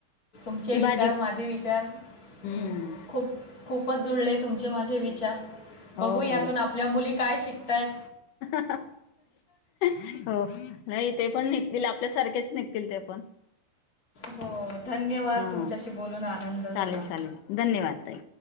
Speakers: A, on the left; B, on the left.
A: तुझे
B: ती
A: विचार
B: भाजी
A: माझे विचार
B: हम्म
A: हम खुप खूपच जुळले तुमचे माझे विचार, बघू
B: हो
A: यातून
B: हो
A: आपल्या मुली काय शिकतायेत.
B: <unintelligible> हो काही, ते पण निघतील आप आपल्या सारखेच निघतील ते पण.
A: हो, धन्यवाद!
B: हा
A: तुमच्याशी बोलून आनंद झाला.
B: चालेल चालेल धन्यवाद ताई